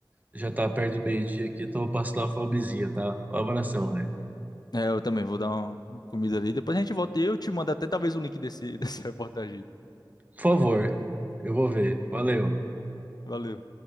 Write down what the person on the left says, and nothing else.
É, eu também vou dar uma comida ali. Depois a gente volta e eu te mando até talvez o link desse, <laughs> dessa reportagem.
Valeu.